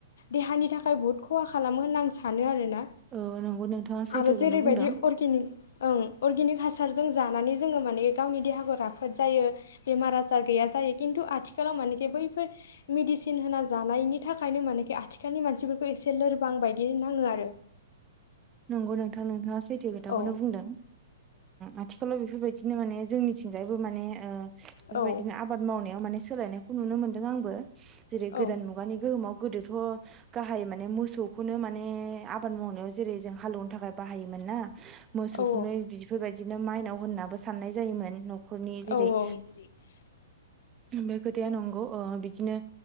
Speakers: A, on the left; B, on the right.
A: देहानि थाखाय बुहुद ख'हा खालामो होनना आं सानो आरोना
B: औ नंगौ नोंथाङा सैथोखौनो
A: आरो जेरैबायदि
B: बुंदों।
A: <unintelligible> अर्गेनिक हासारजों जानानै जोङो माने गावनि देहाखौ राफोद जायो बेमार आजार गैया जायो खिन्थु आथिखालाव मानेे बैफोर मेडिसिन होना जानायनि थाखायनो माने आथिखालनि मानसिफोरखौ एसे लो लोरबां बायदि नाङो आरो।
B: नंगौ नोंथां नोंथाङा सैथो खोथाखौनो
A: औ
B: बुंदों आथिखालाव ओ बेफोरबायदि दिनो माने जोंनिथिंजायबो माने बेफोरबायदिनो
A: औ
B: आबाद मावनायाव माने सोलायनायखौ नुनो मोन्दों आंबो। जेरै-
A: औ
B: गोदान मुगानि गोहोमाव गोदोथ' गाहाय माने मोसौखौनो माने आबाद माव नायाव जेरै- जोंहा हालोवनो थाखाय बाहायोमोन ना मोसौखौनो
A: औ
B: बिफोरबायदिनो माइनाव होननाबो साननाय जायोमोन न' खरनि
A: हायो
B: जेरै-
A: <unintelligible>
B: बे खोथाया नंगौ ओ बिदिनो